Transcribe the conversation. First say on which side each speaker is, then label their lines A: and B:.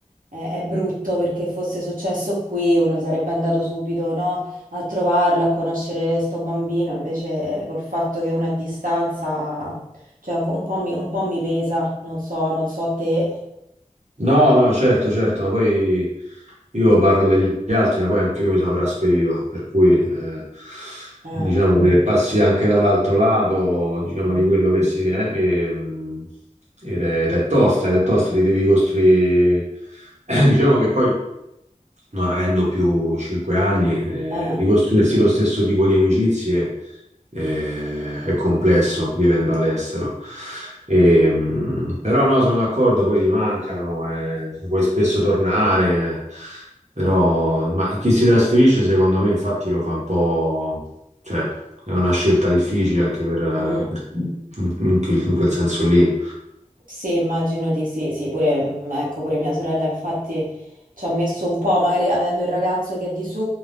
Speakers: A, on the right; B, on the right.
A: è, è brutto perché fosse successo qui uno sarebbe andato subito, no? a trovarlo, a conoscere sto bambino, invece eh, col fatto che uno è a distanza, cioè un po', un po' mi, un po' mi pesa, non so, non so te.
B: No, no, certo, certo, ma poi io parlo degli altri, ma poi anche io mi sono trasferito, per cui eh,
A: Eh,
B: diciamo che passi anche dall'altro lato,
A: mm,
B: diciamo, di quello che si è, e, mh, ed è, ed è tosta, ed è tosta, ti devi costruire, <clears throat> diciamo che poi non avendo più cinque anni, eh,
A: mm, eh,
B: di costruirsi lo stesso tipo di amicizie eh, è complesso vivendo all'estero. E, mh, però no, sono d'accordo, poi ti mancano, eh, puoi spesso tornare, però ma chi si trasferisce secondo me infatti lo fa un po', cioè è una scelta difficile anche per, eh,
A: mm.
B: per- in, quel in quel senso lì.
A: Sì, immagino di sì, sì, pure, mm, ecco, pure mia sorella infatti ci ha messo un po', magari avendo il ragazzo che è di su,